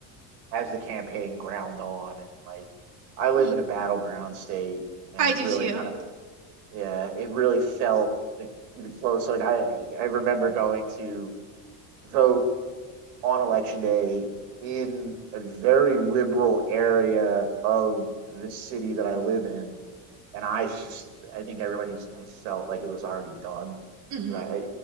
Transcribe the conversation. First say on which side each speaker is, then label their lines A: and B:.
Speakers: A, on the right (about 75°); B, on the right (about 40°).
A: as the campaign ground on, and like I live
B: Y-
A: in a battleground state, and
B: I
A: it
B: do
A: really
B: too.
A: kind of yeah, it really felt the the close. Like I I remember going to vote on election day in a very liberal area of the city that I live in and I just I think everybody just felt like it was already done.
B: hmm
A: 'Cause I, I